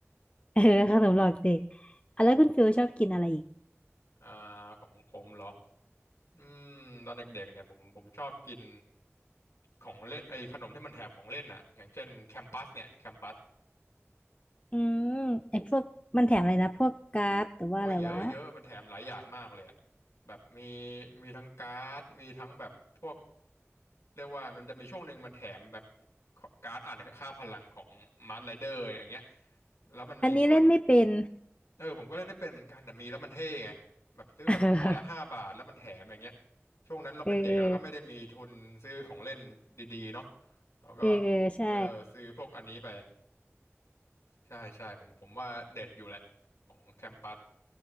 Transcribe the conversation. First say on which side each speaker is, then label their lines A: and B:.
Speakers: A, on the left (about 25°); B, on the left (about 80°).
A: เออขนมหลอกเด็กอ่ะแล้วคุณฟิลชอบกินอะไรอีก
B: อ่าของผมเหรออืมตอนเด็กๆเนี่ยผมผมชอบกินของเล่นไอ้ขนมที่มันแถมของเล่นอะอย่างเช่นแคมปัสเนี่ยแคมปัส
A: อืมไอ้พวกมันแถมอะไรนะพวกการ์ดหรือว่าอะไรวะ
B: โอ้ยเยอะเยอะมันแถมหลายอย่างมากเลยอะแบบมีมีทั้งการ์ดมีทั้งแบบพวกเรียกว่ามันจะมีช่วงหนึ่งมันแถมแบบการ์ดอ่านค่าพลังของมาร์ r ไรเดอร์อย่างเงี้ยแล้วมันมีตัว
A: อันนี้เล่นไม่เป็น
B: เออผมก็เล่นไม่เป็นเหมือนกันแต่มีแล้วมันเท่ไงแบบซื้อขนมห่อละห้าบาทแล้วมันแถมอย่างเงี้ย
A: <laughs>
B: ช่วงนั้นเราเป็นเด็กแล้วก็ไม่ได้มีทุนซื้อของเล่น
A: เออเออ
B: ดีๆเนาะเราก็
A: เออเออเออใช่
B: เออซื้อพวกอันนี้ไปใช่ใช่ผมผมว่าเด็ดอยู่แหละของแคมปัส